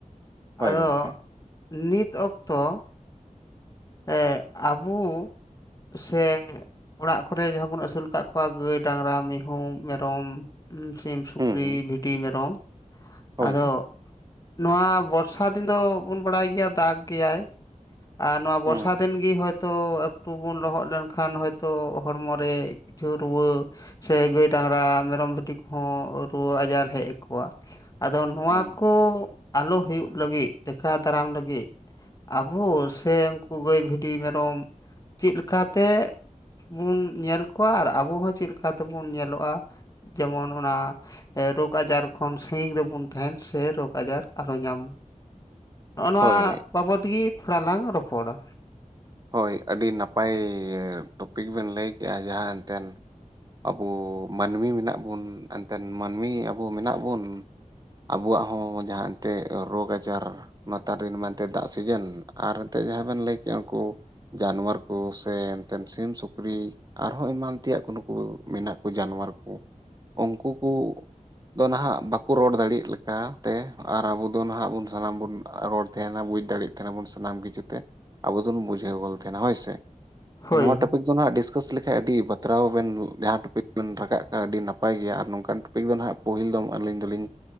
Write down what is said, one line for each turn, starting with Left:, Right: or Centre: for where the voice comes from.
Right: ᱦᱳᱭ
Left: ᱟᱫᱚ
Right: ᱜᱚᱢᱠᱮ
Left: ᱱᱤᱛ ᱚᱠᱛᱚ ᱦᱮ ᱟᱵᱚ ᱥᱮ ᱚᱲᱟᱜ ᱠᱚᱨᱮ ᱡᱟᱦᱟᱸ ᱵᱚᱱ ᱟᱹᱥᱩᱞ ᱟᱠᱟᱫ ᱠᱚᱣᱟ ᱜᱟᱹᱭ ᱰᱟᱝᱨᱟ ᱢᱤᱦᱩ ᱢᱮᱨᱚᱢ᱾ ᱥᱤᱢ ᱥᱩᱠᱨᱤ
Right: ᱦᱩᱸ ᱦᱩᱸ
Left: ᱵᱷᱤᱰᱤ ᱢᱮᱨᱚᱢ
Right: ᱦᱳᱭ
Left: ᱟᱫᱚ ᱱᱚᱣᱟ ᱵᱚᱨᱥᱟ ᱫᱤᱱ ᱫᱚ ᱵᱚᱱ ᱵᱟᱲᱟᱭ ᱜᱮᱭᱟ ᱫᱟᱜᱽ ᱜᱮᱭᱟᱭ ᱟᱨ ᱱᱚᱣᱟ ᱵᱚᱨᱥᱟ
Right: ᱦᱩᱸ
Left: ᱫᱤᱱ ᱜᱮ ᱦᱚᱭ ᱛᱚ ᱟ. ᱠᱴᱩ ᱵᱚᱱ ᱞᱚᱦᱚᱫ ᱞᱮᱱᱠᱷᱟᱱ ᱦᱚᱭᱛᱚ ᱦᱚᱲᱢᱚ ᱨᱮ ᱠᱤᱪᱷᱩ ᱨᱩᱣᱟᱹ ᱥᱮ ᱜᱟᱹᱭ ᱰᱟᱝᱨᱟ ᱢᱮᱨᱚᱢ ᱵᱷᱤᱰᱤ ᱠᱚᱦᱚᱸ ᱨᱩᱣᱟᱹ ᱟᱡᱟᱨ ᱦᱮᱡ ᱟᱠᱚᱣᱟ ᱟᱫᱚ ᱱᱚᱶᱟ
Right: ᱦᱩᱸ
Left: ᱠᱚ ᱟᱞᱚ ᱦᱩᱭᱩᱜ ᱞᱟᱹᱜᱤᱫ ᱴᱮᱠᱟᱣ ᱫᱟᱨᱟᱢ ᱞᱟᱹᱜᱤᱫ ᱟᱵᱚ ᱥᱮ ᱩᱱ....... ᱜᱟᱹᱭ ᱵᱷᱤᱰᱤ ᱢᱮᱨᱚᱢ ᱪᱮᱫ ᱞᱮᱠᱟᱛᱮ ᱵᱚᱱ ᱧᱮᱞ ᱠᱚᱣᱟ ᱟᱨ ᱟᱵᱚ ᱦᱚᱸ ᱪᱮᱫ ᱞᱮᱠᱟ ᱛᱮᱵᱚᱱ ᱧᱮᱞᱚᱜᱼᱟ? ᱡᱮᱢᱚᱱ ᱚᱱᱟ ᱨᱳᱜᱽ ᱟᱡᱟᱨ ᱠᱷᱚᱱ ᱥᱟᱺᱜᱤᱧ ᱨᱮᱵᱚᱱ ᱛᱟᱦᱮᱱ ᱥᱮ ᱨᱳᱜᱽ ᱟᱡᱟᱨ ᱟᱞᱚ ᱧᱟᱢ
Right: <inaudible>
Left: ᱱᱚᱜ ᱱᱚᱣᱟ
Right: ᱦᱳᱭ
Left: ᱵᱟᱵᱚᱫ ᱛᱤᱜᱤ ᱛᱷᱚᱲᱟ ᱞᱟᱝ ᱨᱚᱯᱚᱲᱟ
Right: ᱦᱳᱭ ᱟᱹᱰᱤ ᱱᱟᱯᱟᱭ ᱴᱚᱯᱤᱠ ᱵᱮᱱ ᱞᱟᱹᱭ ᱠᱮᱫᱮᱜᱼᱟ ᱡᱟᱦᱟᱸ ᱮᱱᱛᱮᱫ ᱟᱵᱚ ᱢᱟᱹᱱᱢᱤ ᱢᱮᱱᱟᱜ ᱵᱚᱱ ᱮᱱᱛᱮᱮᱫ ᱢᱟᱹᱱᱢᱤ ᱟᱵᱚ ᱢᱮᱱᱟᱜ ᱵᱚᱱ ᱟᱵᱚᱣᱟᱜ ᱦᱚᱸ ᱡᱟᱦᱟᱸ ᱮᱱᱛᱮᱫ ᱨᱳᱜᱽ ᱟᱡᱟᱨ ᱢᱟᱛᱟᱨ ᱫᱤᱱ ᱢᱮᱱᱛᱮ ᱫᱟᱜ ᱥᱤᱡᱮᱱ ᱟᱨ ᱮᱱᱛᱮᱮᱫ ᱡᱟᱦᱟᱸ ᱵᱮᱱ ᱞᱟᱹᱭ ᱠᱮᱫᱮᱜᱼᱟ ᱩᱱᱠᱩ᱾ ᱡᱟᱱᱣᱟᱨ ᱠᱚ ᱥᱮ ᱮᱱᱛᱮᱫ ᱥᱤᱢ ᱥᱩᱠᱨᱤ ᱟᱨᱦᱚᱸ ᱮᱢᱟᱱ ᱛᱮᱭᱟᱜ ᱠᱱᱩᱠᱩ ᱢᱮᱱᱟᱜ ᱠᱚ ᱡᱟᱱᱣᱟᱨ ᱠᱚ ᱩᱱᱠᱩ ᱠᱚ ᱫᱚ ᱱᱟᱦᱟᱜ ᱵᱟᱠᱚ ᱨᱚᱲ ᱫᱟᱲᱮᱭᱟᱜ ᱞᱮᱠᱟ ᱛᱮ ᱟᱨ ᱟᱵᱚ ᱫᱚ ᱱᱟᱦᱟᱜ ᱵᱚᱱ ᱥᱟᱱᱟᱢ ᱵᱚᱱ ᱨᱚᱲ ᱛᱟᱦᱮᱸᱱᱟ ᱵᱩᱡ ᱫᱟᱲᱮᱭᱟᱜ ᱱᱟ ᱥᱟᱱᱟᱢ ᱜᱤ ᱡᱮᱛᱮ ᱟᱵᱚ ᱫᱚ ᱵᱚᱱ ᱵᱩᱡᱷᱟᱹᱣ ᱜᱚᱫ ᱛᱟᱦᱮᱱᱟ ᱦᱳᱭᱥ
Left: ᱦᱳᱭ
Right: ᱱᱚᱣᱟ ᱴᱚᱯᱤᱠ ᱫᱚ ᱦᱟᱜ ᱰᱤᱥᱠᱟᱥ ᱞᱮᱠᱷᱟᱡ ᱟᱹᱰᱤ ᱵᱟᱛᱨᱟᱣ ᱵᱮᱱ ᱡᱟᱦᱟᱸ ᱴᱩᱯᱤᱠ ᱵᱮᱱ ᱨᱟᱠᱟᱵ ᱠᱟᱜᱼᱟ ᱟᱹᱰᱤ ᱱᱟᱯᱟᱭ ᱜᱮᱭᱟ ᱟᱨ ᱱᱚᱝ ᱠᱟᱱ ᱴᱚᱯᱤᱠ ᱴᱚᱯᱤᱠ ᱫᱚ ᱦᱟᱸᱜ ᱯᱚᱹᱦᱤᱞ ᱫᱚᱢ ᱟᱹᱞᱤᱧ ᱫᱚᱞᱤᱧ